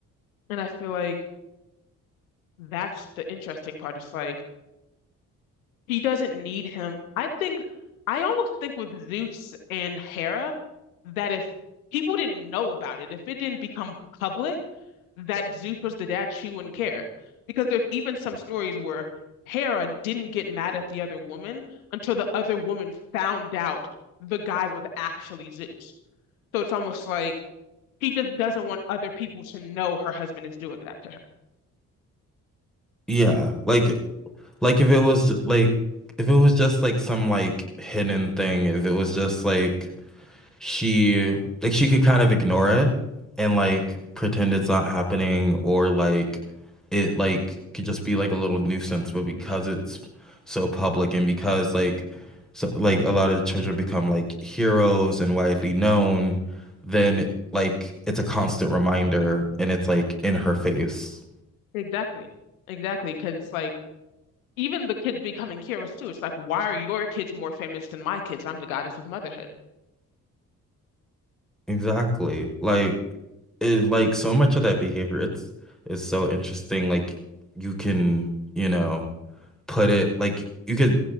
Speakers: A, on the left (about 75°); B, in the centre.
A: And I feel like that's the interesting part. It's like he doesn't need him. I think I almost think with Zeus and Hera that if people didn't know about it, if it didn't become public that Zuko's the dad, she wouldn't care. Because there's even some stories where Hera didn't get mad at the other woman until the other woman found out the guy was actually Zeus. So it's almost like she just doesn't want other people to know her husband is doing that to her.
B: Yeah, like like if it was like if it was just like some like hidden thing, if it was just like she like she could kind of ignore it and
A: Yeah,
B: like pretend it's not happening or like it like could just be like a little nuisance but because it's so public and because like so like a lot of the children become like heroes and widely known then like it's a constant reminder and it's like in her face
A: exactly. Exactly. Because it's like, even the kids becoming heroes too. It's like, why are your kids more famous than my kids? I'm the goddess of motherhood.
B: exactly like it like so much of that behavior it's it's so interesting like you can you know put it like you could